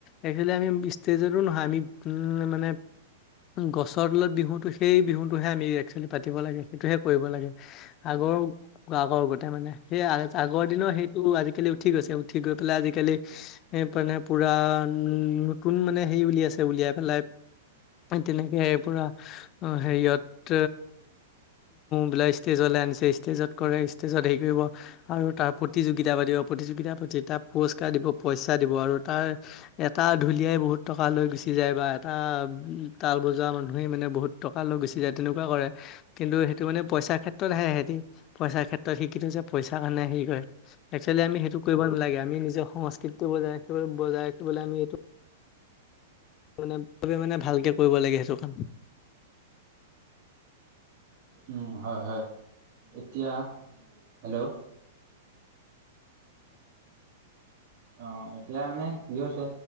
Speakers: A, on the left; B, on the right.
A: একচুৱেলি আমি ষ্টেজতো নহয় আমি উম মানে। গছৰ তলত বিহুতো সেই বিহুতটোহে আমি একচুৱেলি পাতিব লাগে সেইটোহে কৰিব লাগে আগৰ। আগৰ আগতে মানে সেই আগৰ দিনৰ সেইটো আজি। আকালি উঠি গৈছে উঠি গৈ পেলাই আজিকালি এ মানে পুৰা উম নতুন মানে হেৰি উলিয়াইছে। উলিয়াই পেলাই তেনেকে পুৰা অ' হেৰিয়ত বিলাক ষ্টেজলৈ আনিছে ষ্টেজত কৰে ষ্টেজত হেৰি কৰিব আৰু তাৰ প্ৰতিযোগিতা পাতিব প্ৰতিযোগ পতি তাক পুৰস্কাৰ দিব পইচা দিব আৰু তাৰ এটা ঢুলীয়াই বহুত টকা লৈ গুচি যায় বা। এটা উ তাল বজোৱা মানুহেই মানে বহুত টকা লৈ গুচি যায় তেনেকুৱা কৰে কিন্তু সেইটো মানে পইচাৰ ক্ষেত্ৰতহে সিহতি পইচাৰ ক্ষেত্ৰত শিকি থো যে পইচাৰ কাৰণে হেৰি কৰে একচুৱেলি আমি সেইটো কৰিব নালাগে আমি নিজৰ সংস্কৃতিটো বজাই ৰাখিব বজাই ৰাখিবলৈ আমি এইটো মানে মানে ভালকে কৰিব লাগে সেইটো কাম।
B: উ হয় হয় এতিয়া হেল্ল' অ এতিয়া মানে কি হৈছে